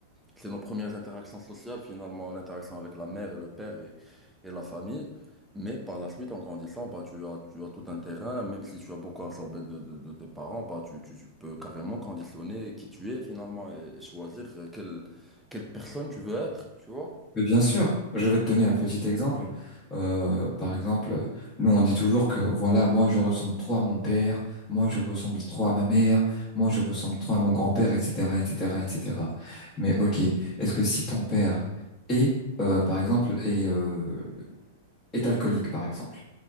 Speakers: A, in the centre; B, on the left.
A: C'est nos premières interactions sociales, finalement, en interaction avec la mère et le père et, et la famille. Mais par la suite, en grandissant, bah, tu as, tu as tout un terrain, même si tu as beaucoup absorbé de, de, de- de parents, bah, tu, tu, tu peux carrément conditionner qui tu es, finalement, et, et choisir euh, quelle, quelle personne tu veux être, tu vois?
B: mais bien sûr. Je vais te donner un petit exemple. Euh, par exemple, nous on dit toujours que voilà, moi je ressemble trop à mon père, moi je ressemble trop à ma mère, moi je ressemble trop à mon grand-père, etc., etc., etc. Mais ok, est-ce que si ton père est, euh, par exemple, est, euh, est alcoolique, par exemple,